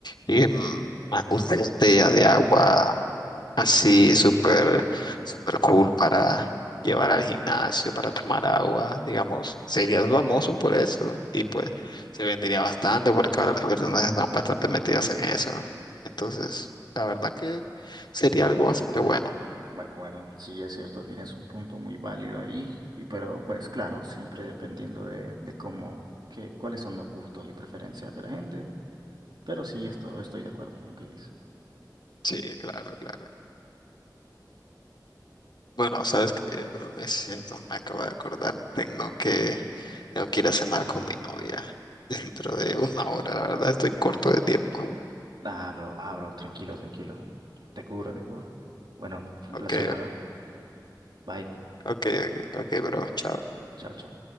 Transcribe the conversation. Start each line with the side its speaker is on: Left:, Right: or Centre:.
Left: em, una botella de agua así súper, súper cool para llevar al gimnasio, para tomar agua, digamos, serías famoso por eso. Y pues se vendería bastante porque ahora las personas están bastante metidas en eso. Entonces, la verdad que sería algo bastante bueno.
Right: Bueno, bueno, sí es cierto, tienes un punto muy válido ahí, y pero pues claro, siempre dependiendo de, de cómo, que, cuáles son los gustos y preferencias de la gente, pero sí esto, estoy de acuerdo con lo que dices.
Left: Sí, claro, claro. Bueno, sabes que, bro, es cierto, me acabo de acordar. Tengo que, tengo que ir a cenar con mi novia <laughs> dentro de una hora. La verdad, estoy corto de tiempo.
Right: Ah, bro, ah, bro, tranquilo, tranquilo. Te cubro, te cubro. Bueno, fue
Left: Ok,
Right: un placer hablar. Bye.
Left: ok, ok, ok, ok, bro, chao.
Right: Chao, chao.